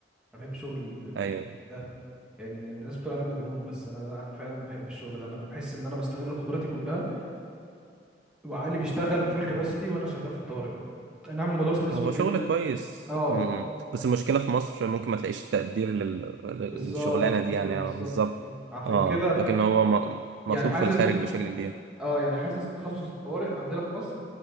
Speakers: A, in the centre; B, on the right.
A: انا بحب شغل ال- ال-
B: ايوه
A: ده يعني إن الناس بتقول عليه مجنون بس انا لا، انا فعلا بحب الشغل ده انا بحس ان انا بستغل قدراتي كلها وعقلي بيشتغل فول كباستي وانا شغال في الطوارئ اي نعم الموضوع ستريسفول
B: هو شغل
A: جدا
B: كويس
A: اه
B: مم. بس المشكله في مصر ممكن ما تلاقيش تقدير لل-
A: بالظبط
B: للشغلانه دي يعني
A: ما بالظبط
B: آه، بالظبط
A: اه عشان
B: اه
A: كده
B: لكن هو م-
A: يعني
B: مطلوب
A: حاسس
B: في الخارج بشكل كبير
A: اه يعني حاسس تخصص الطوارئ عندنا في مصر